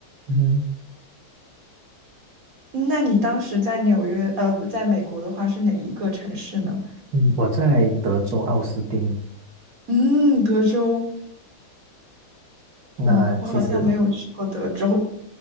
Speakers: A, on the right; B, on the right.
A: 嗯。
B: 嗯那你当时在纽约，呃，不在美国的话是哪一个城市呢？
A: 嗯，我在德州奥斯汀，
B: 嗯，德州。
A: 那其实
B: 嗯，我好像没有去过德州。